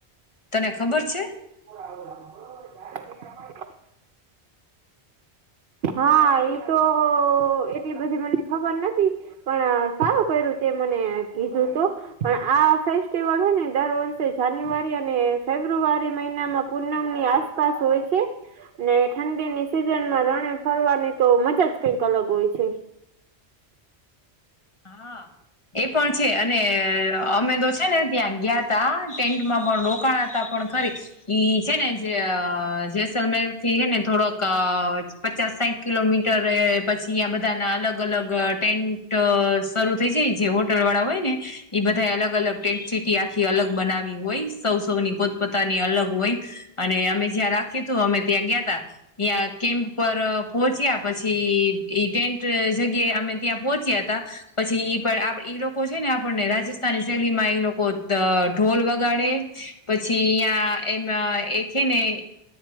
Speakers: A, on the left; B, on the right.
A: તને ખબર છે?
B: <unintelligible> હા, એતો એટલી બધી મને ખબર નથી. પણ સારું કર્યું, તે મને કીધું તો. પણ આ ફેસ્ટિવલ હ ને, દર વર્ષે જાન્યુઆરી અને ફેબ્રુઆરી મહિનામાં પૂનમની આસ આસપાસ હોય છે ને, ઠંડીની સિઝનમાં ર ફરવાની તો મજા જ કંઈક અલગ હોય છે.
A: હા. એ પણ છે, અને અમે તો છે ને, ત્યાં ગયા તા, ટેન્ટમાં પણ રોકાણ તા પણ ખરી ઈ છે ને, જે જેસલમેર થી છે ને, થોડોક પચાસ-સાઠ કિલોમીટર પછી અંયા બધાના અલગ-અલગ ટેન્ટ શરૂ થઈ જાય, જે હોટલ વાળા હોય ને, એ બધા અલગ અલગ ટેન્ટ, સીટી આખી અલગ બનાવી હોય. સૌ-સૌ ની પોતપોતાની અલગ હોય, અને અમે જ્યાં રાખ્યું તું, અમે ત્યાં ગયા તા. ત્યાં કેમ્પ પર પહોચ્યા, પછી ઈ ટેન્ટ જગ્યા અમે ત્યાં પહોંચ્યા તા. પછી ઈ પણ ઈ લોકો છે ને, આપણને રાજસ્થાની શૈલી માં એ લોકો ઢોલ વગાડે. પછી અહિયાં, એમ એક હે ને.